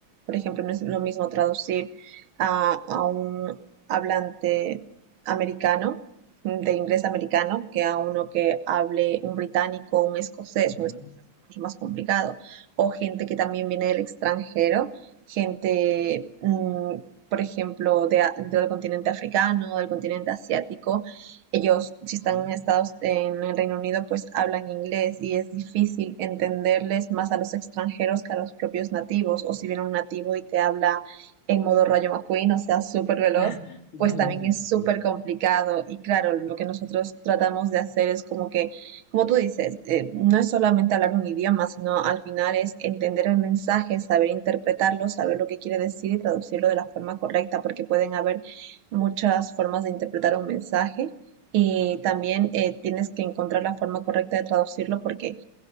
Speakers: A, on the right; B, on the left.
A: Por ejemplo, no es lo mismo traducir a, a un hablante americano, mm, de inglés americano, que a uno que hable un británico, un escocés,
B: Ujú,
A: un escocés es mucho más complicado. O gente que también viene del extranjero, gente mm, por ejemplo, de, del continente africano, del continente asiático. Ellos, si están
B: sí.
A: en Estados, en el Reino Unido, pues hablan inglés y es difícil entenderles más a los extranjeros que a los propios nativos. O si viene un nativo y te habla en modo rayo McQueen, o sea, súper veloz,
B: <laughs> Dale,
A: pues también
B: sí,
A: es
B: sí.
A: súper
B: sí.
A: complicado. Y claro, lo que nosotros tratamos de hacer es como que como tú dices, eh, no es solamente hablar un idioma, sino al final es entender el mensaje, saber interpretarlo, saber lo que quiere decir y traducirlo de la forma correcta, porque pueden haber muchas formas de interpretar un mensaje y también eh, tienes que encontrar la forma correcta de traducirlo porque